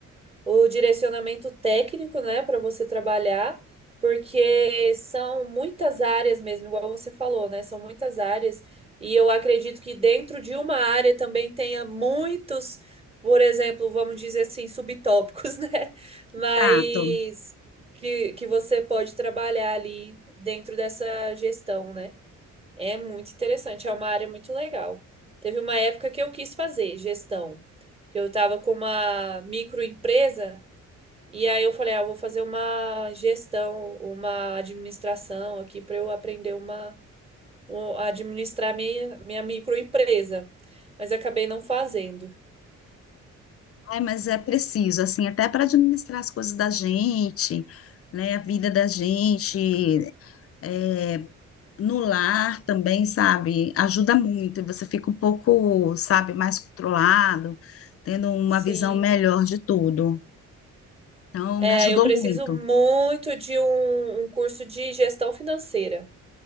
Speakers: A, on the right (about 20°); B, on the left (about 50°).
A: o direcionamento técnico, né, para você trabalhar, porque são muitas áreas mesmo, igual você falou, né? São muitas áreas. E eu acredito que dentro de uma área também tenha muitos, por exemplo, vamos dizer assim, subtópicos, <laughs> né? Mas
B: Prato.
A: que, que você pode trabalhar ali dentro dessa gestão, né? É muito interessante, é uma área muito legal. Teve uma época que eu quis fazer gestão, que eu estava com uma microempresa e aí eu falei, ah, eu vou fazer uma gestão, uma administração aqui para eu aprender uma, um- a administrar minha, minha microempresa, mas acabei não fazendo.
B: Ai, mas é preciso, assim, até para administrar as coisas da gente, né? A vida da gente, é, no lar também, sabe, ajuda muito, e você fica um pouco, sabe, mais controlado, tendo uma
A: Sim,
B: visão melhor de tudo. Então,
A: é,
B: me ajudou
A: eu preciso
B: muito.
A: muito de um, um curso de gestão financeira.